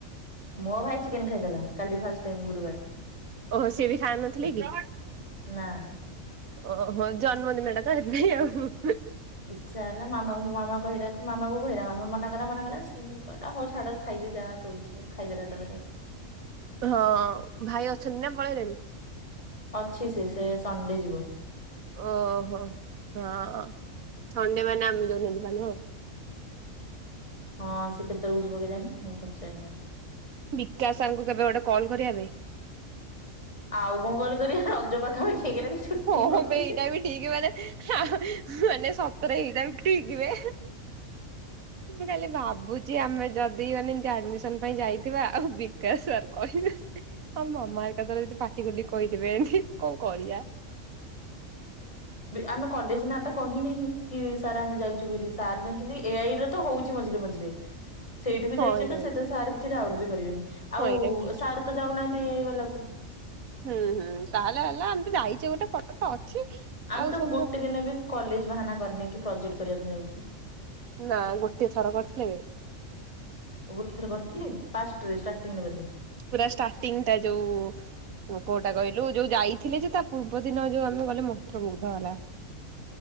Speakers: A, on the left; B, on the right.
A: ମୋ ଭାଇ ଚିକେନ ଖାଇଦେଲା କାଲି ଫାଷ୍ଟ ଟାଇ ଗୁରୁବାର।
B: ଓହୋ ସେ ବି ଖାଉ ନଥିଲେ କି?
A: ନା।
B: ଓହୋ ଜନ୍ମଦିନଟା ସେଥିପାଇଁ ଆଉ।
A: ଇଚ୍ଛା ହେଲା ମାମା ମଁ ମାମା କହିଲେ ମାମା କହିଲା ମାମା ମନା କଲା ମନା କଲା ସେ କହିଲା ହଉ ଛାଡ। ଖାଇଦେ ଯା କହୁଛ ଖାଇଦେଲା ତା ପରେ।
B: ହଁ ଭାଇ ଅଛନ୍ତି ନା ପଳେଇଲେଣି?
A: ଅଛି ସେ ସେ ସଣ୍ଡେ ଯିବ।
B: ଓହୋ ହଁ ସଣ୍ଡେ ମାନେ ଆମେ ଯଉଛନ୍ତି ମାନେ ହ
A: ହଁ ସିଏ କେତେବେଳକୁ ଯିବ କେ ଜାଣି ମୁଁ ପଚାରିନି ଆଉ।
B: ବିକାଶ ସାରଙ୍କୁ କେବେ ଗୋଟେ କଲ୍ କରିବାବେ।
A: ଆଉ କଣ କଲ କରି ରଜ ପାଖାପାଖି ହେଇଗଲାଣି। ଛୁଟି
B: ହଁ
A: କଲେଜ।
B: ବେ ଏଇଟା ବି ଠିକ ମାନେ ମାନେ ସତରେ ଏଇଟା ବି ଠିକବେ। ମୁଁ ଖାଲି ଭାବୁଛି ଆମେ ଯଦି ମାନେ ଏମତି ଆଡମିସନ ପାଇଁ ଯାଇଥିବା ଆଉ ବିକାଶ ସାର କହିବେ। ଆଉ ମାମାହରିକା ଯଦି ପାଟି ଗଲି କହିଦେବେ ଏମିତି କଣ କରିବା?
A: ଆମେ କଲେଜ ନା ତ କହିନିଁ କି ସାର୍ ଆମେ ଯାଇଛୁ ବୋଲି ସାର୍ ଜାଣିଛନ୍ତି ଏଆଇର। ତ ହଉଛିି ମଝିରେ ମଝିରେ। ସେଇଠିକୁ
B: ହଁ
A: ଯାଇଛି
B: ଏଇଟା
A: ତ
B: ବି
A: ସେ ତ ସାର୍ କିଛି ଡାଉଟ ବି କରିବେନି ଆଉ
B: ହଁ ଏଇଟା ବି ଠିକ
A: ସାର୍ ତ ଯାଉନାହାନ୍ତି ଏଇଆଇବାଲାକୁ।
B: ହୁଁ ହୁଁ ତାହେଲେ ହେଲା ଆମେ ତ ଯାଇଛେ ଗୋଟେ ଫଟୋ ତ ଅଛି।
A: ଆମେ
B: ଆଉ
A: ତ
B: ସବୁର
A: ଗୋଟେ ଦିନ ବି କଲେଜ ବାହାନା କରିନକି ପ୍ରୋଜେକ୍ଟ କରିବା ପାଇଁ ଯାଉଛୁ।
B: ନା ଗୋଟିଏ ଥର କରିଥିଲେ ବେ।
A: ଗୋଟେ ଥର କରିଥିଲେ ଫାଷ୍ଟରେ ଷ୍ଟାରଟିଙ୍ଗ ରେ ବୋଧେ।
B: ପୁରା ଷ୍ଟାର୍ଟିଂଟା ଯୋଉ। ମୁଁ କୋଉଟା କହିଲୁ ଯୋଉ ଯାଇଥିଲେ ଯେ ତା ପୂର୍ବ ଦିନ ଯୋଉ ଆମେ ଗଲେ ମନ୍ତ୍ରମୁଗ୍ଧ ହେଲା।